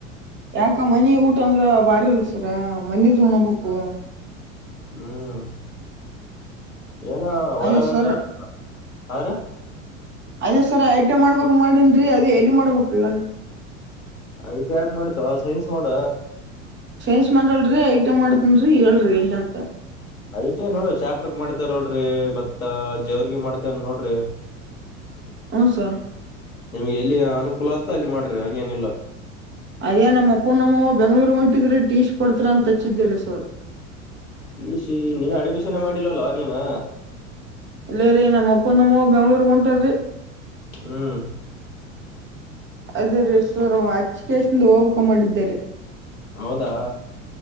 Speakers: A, on the right; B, on the left.
A: ಯಾಕ ಮನಿ ಊಟ ಅಂದ್ರ ಬಾರಿ ಅಲ್ಸರ ಮನಿದ ಉಣಬೇಕು.
B: ಹ್ಮ್ ಏನ ಒಳಗಂಧರ
A: ಅದೇ ಸರ್
B: ಹಾ ರಿ
A: ಅದೇ ಸರ್ ಐಟೆ ಮಾಡ್ಬೇಕು ಮಾಡಿನ್ರೀ ಅದೇ ಎಲ್ಲಿ ಮಾಡ್ಬೇಕ ಹೇಳ್ರಿ.
B: ಐ ಟಿ ಯಾಕ್ ಮಾಡತೋ ಸೈನ್ಸ್ ಮಾಡ.
A: ಸೈನ್ಸ್ ಮಾಡಲ್ರಿ ಐಟೆ ಮಾಡ್ತೀನ್ರಿ ಹೇಳ್ರಿ ಎಲ್ಲಂತ.
B: ಐಟೆ ನೋಡ್ರಿ ಶಾಪುರ್ಕ್ ಮಾಡ್ತಿರೇನ್ ನೋಡ್ರಿ ಮತ್ತ ಜೋರ್ಗಿ ಮಾಡ್ತೀರೇನ್ ನೋಡ್ರಿ
A: ಹೂ ಸರ್
B: ನಿಮ್ಗೆ ಎಲ್ಲಿ ಅನುಕೂಲ ಆತದ ಅಲ್ಲಿ ಮಾಡ್ರಿ ಹಂಗೇನಿಲ್ಲ
A: ಅದೇ ನಮ್ಮ ಅಪ್ಪ ನಮ್ಮ ಬೆಂಗ್ಳೂರ್ ಹೊಂಟ್ಟಿದ್ರೆ ಟೀಶ ಕೊಡ್ತೀರಾ ಅಂತ ಹಚ್ಚಿದ್ದೇರಿ ಸರ್
B: ಈ ಟಿಸಿ ಇನ್ನೂ ಅಡ್ಮಿಷನ್ ಮಾಡಿಲ್ಲಲೋ ನೀನೂ
A: ಇಲ್ಲ ರೀ ನಮ್ಮ ಅಪ್ಪ ನಮ್ಮ ಅವ್ವ ಬೆಂಗಳೂರಿಗೆ ಹೊಂಟಾರ್
B: ಹ್ಮ್
A: ಅದೇ ರೀ ಸರ ಹಚ್ಚಕೆಸಿ ಹೋಗ್ಬೇಕಂತ್ ಮಾಡಿದ್ದೆ ರಿ
B: ಹೌದಾ